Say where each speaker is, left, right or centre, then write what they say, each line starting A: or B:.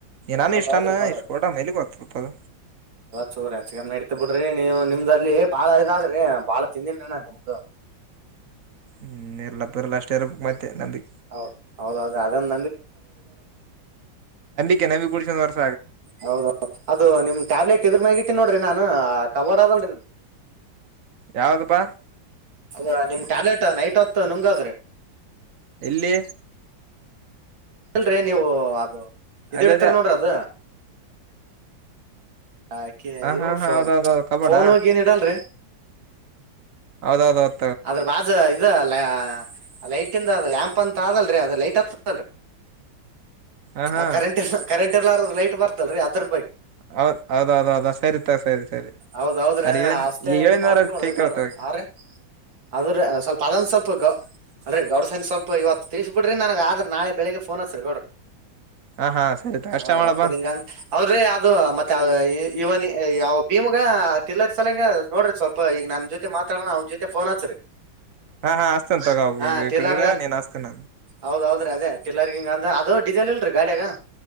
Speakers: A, on the right; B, on the right.
A: ನಾನ
B: ಹೌದೌದ್ರಿ
A: ಇಷ್ಟಾನ
B: ಗೌಡ್ರಿ
A: ಇಷ್ಟ ಕೊಡ ಮೇಲಿ ಗೊತ್ತತದ
B: ಚುರ್ ಹೆಚ್ಚಗನ್ ಇಡ್ತ ಬಿಡ್ರಿ ನೀ ನಿಮ್ದ. ಅಲ್ಲಿ ಬಾಳ ಇದಾದ್ರಿ ಬಾಳ ತಿಂದಿನರಣ. ಹ <unintelligible>
A: ಹ್ಮ ಎಲ್ಲಪ್ಪರ್ಲ್ಲ ಅಷ್ಟ ಇರ ಮತ್ತೆ. ತ್ತೇ ನಂಬಿ
B: ಹೌದ್ ಹೌದೌದು ಅದನ್.
A: ಕೆನ ಕುಡ <unintelligible>
B: ಹೌದೌದು ಅದು ನಿಮ್ ಟ್ಯಾಬ್ಲೆಟ್ ಇದ್ರಮ್ಯಗ ಇಟ್ಟಿನ ನೋಡ್ರಿ ನಾ. ನ ಅ ಕಬಡ್ ಆದಲರಿ ಅದು.
A: ಯಾವ್ದಪ್ಪಾ
B: ಅದ ನಿಮ್ ಟ್ಯಾಬ್ಲೆಟ್. ನೈಟ್ ಹೊತ್ ನುಂಗಾದ್ರಿ.
A: ಇಲ್ಲಿ.
B: ಹೇಳಿಲ್ರಿ ನೀವು ಅದು. ಇದ
A: ಅದೇ
B: ಇಡ್ತಾರ
A: ಅದೇ
B: ನೋಡ್ರಿ ಅದ. ಹಾಕಿರು
A: ಹ ಹಾ ಹಾ
B: ಫೋನ
A: ಹೌದೌದೌದು ಕಬಾಡ
B: ಫೋನ್ ಹೋಗಿ ಏನ್ ಇಡಲ್ರಿ.
A: ಹೌದೌದೌದು.
B: ಆದ್ರ ಬಾಜ ಇದಲ್. ಅ ಲೈಟಿಂದ ಅ ಲ್ಯಾಂಪ ಅಂತ ಅದಲ್ರಿ ಅದ ಲೈಟ್ ಹತ್ತದಲ್ರಿ.
A: ಹ ಹಾ
B: ಆ ಕರೆಂಟ್ ಇರ್ಲ ಕರೆಂಟ್ ಇರ್ಲರ್ದ. ಲೈಟ್ ಬರ್ತದಲ್ರಿ ಅದ್ರ ಬಗ್.
A: ಹೌದ್ ಹೌದೌದೌ <unintelligible> ದ ಸರಿ ತ ಸರಿ ಸರಿ
B: ಹೌದೌದ್ರಿ
A: ಅದ ಏಳ
B: ಅಷ್ಟೇ
A: ಏಳಿನ
B: ಇದ್ ಮಾಡ್ಬೇಕ್
A: ವಾರೇಗತಳತಿ
B: ನೋಡ್ರಿ ಗೌಡ್ರ ಆರಿ ಅದ್ರ ಸ್ವಲ್ಪ ಅದಂದ ಸ್ವಲ್ಪ ಗೌ ಅದ ಗೌಡ ಸನ ಸ್ವಲ್ಪ ಇವತ್ತ ತಿಳಿಸಿಬೀಟ್ಟ. ನೋಡ್ರೀ ನನಗ್ ಆದ್ರ ನಾಳೆ ಬೆಳಗ್ಗೆ ಫೋನ ಹಚ್ರಿ ಗೌಡ್ರ.
A: ಹಾ ಹಾ ಸರಿ
B: ಹ
A: ಅಷ್ಟ ಮಾಡಪ್ಪಾ
B: ರೊಕ್ಕದ ಹಿಂಗ ಅವ್ರೀ ಅದ ಮತ್ತ ಇವನಿ. ಯಾವ್ ಭೀಮುಗ ತಿಲ್ಲರ್ ಸಲಂಗ ನೋಡ್ರಿ ಸ್ವಲ್ಪ ಈಗ ನನ್ನ ಜೊತೆ ಮಾತಾಡಣ ಅವ್ನ ಜೊ ಫೋನ್ ಹಚ್ ರೀ.
A: ಹಾ ಹಾ ಹಸ್ತನ್ ತಗೋ
B: ಹ
A: ಈ
B: ಟಿಲ್ಲರ್ಗ
A: ಕಡೆ ಇಡ ನೀನ್ ಹಸ್ತೇನ
B: ಹೌದೌದ್ರಿ ಅದೇ ಟಲರ್ಗಿಂಗಂದ ಅದು. ಡೀಸೆಲ್ರರಿ ಗಾಡ್ಯಗ.